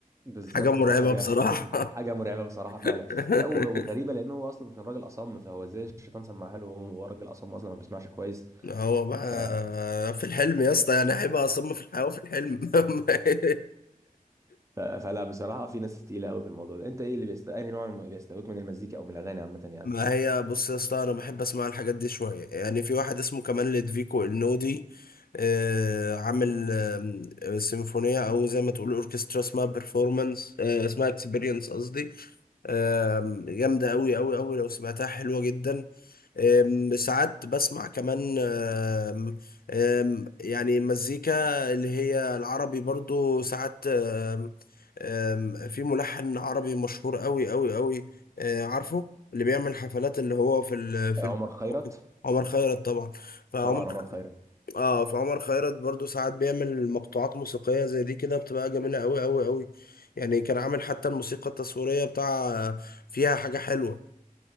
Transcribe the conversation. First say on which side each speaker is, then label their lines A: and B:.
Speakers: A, on the right; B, on the left.
A: بالظبط
B: حاجة مرعبة
A: فحاجه
B: بصراحة
A: <laughs> حاجه مرعبه بصراحه فعلا
B: <laughs>
A: لا وغ- وغريبه لان هو اصلا كان راجل اصم فهو ازاي الشيطان سمعها له وهو هو راجل اصم اصلا ما بيسمعش كويس
B: هو بقى
A: ف... <laughs>
B: في الحلم يا اسطى يعني هيبقى أصم في الحياة وفي الحلم <laughs>
A: ف... فلا بصراحه في ناس تقيله قوي في الموضوع ده انت ايه اللي بيست انهي نوع اللي بيستهويك من المزيكا او من الاغاني عامه يعني
B: ما هي بص يا اسطى انا بحب اسمع الحاجات دي شويه يعني في واحد اسمه كمان لدفيكو النودي آه عامل آه سيمفونيه او زي ما تقول اوركسترا اسمها بيرفورمانس آه اسمها اكسبيرينس قصدي آه جامده قوي قوي قوي لو سمعتها حلوه جدا أم، ساعات بسمع كمان أم، أم، يعني مزيكا اللي هي العربي برضو ساعات أم، أم، في ملحن عربي مشهور قوي قوي قوي أه، عارفه اللي بيعمل حفلات اللي هو في ال في
A: عمر
B: ال
A: خيرت
B: عمر خيرت طبعا فعمر
A: طبعا عمر خيرت
B: اه فعمر خيرت برضو ساعات بيعمل مقطوعات موسيقية زي دي كده بتبقى جميلة قوي قوي قوي يعني كان عامل حتى الموسيقى التصويرية بتاع آه، فيها حاجة حلوة